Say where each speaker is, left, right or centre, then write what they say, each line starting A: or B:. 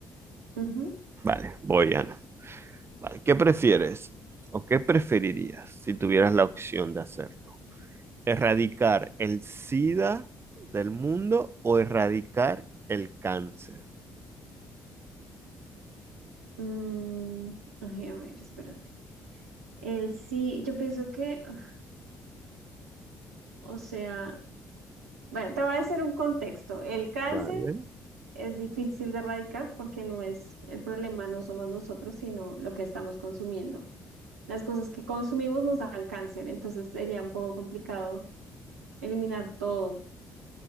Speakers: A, on the right; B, on the right.
A: Ujú.
B: Vale, voy, Ana. Vale, ¿qué prefieres o qué preferirías si tuvieras la opción de hacerlo? ¿Erradicar el SIDA del mundo o erradicar el cáncer?
A: Mm, ay, a ver, espérate. El sí, yo pienso que, uf, o sea, bueno, te voy a hacer un contexto. El cáncer
B: Vale.
A: es difícil de erradicar porque no es el problema, no somos nosotros, sino lo que estamos consumiendo. Las cosas que consumimos nos dan cáncer, entonces sería un poco complicado eliminar todo,